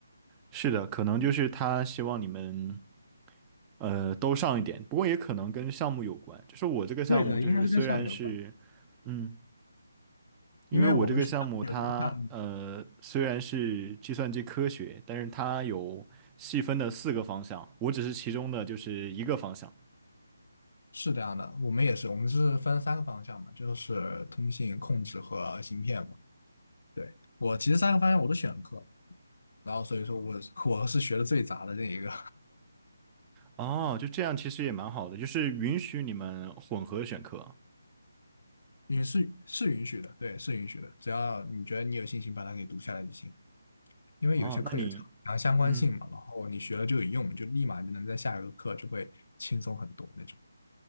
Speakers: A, on the right; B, on the left.
A: 是的，可能就是他希望你们，呃，都上一点，不过也可能跟项目有关。就是我这个项目，
B: 对的，
A: 就是虽然是，
B: 应该是跟项目有关，
A: 嗯，因为我这个项目它，
B: 因为我们学校项目
A: 呃，虽然是计算机科学，但是它有细分的四个方向，我只是其中的就是一个方向。
B: 是这样的，我们也是，我们是分三个方向嘛，就是通信、控制和芯片嘛。对，我其实三个方向我都选课，然后所以说我我是学的最杂的那一个，
A: 哦，就这样其实也蛮好的，就是允许你们混合选课。
B: 允是是允许的，对，是允许的，只要你觉得你有信心把它给读下来就行，因为有些课有强相关性嘛，
A: 哦，那你，嗯，
B: 然后你学了就有用，就立马就能在下一个课就会轻松很多那种。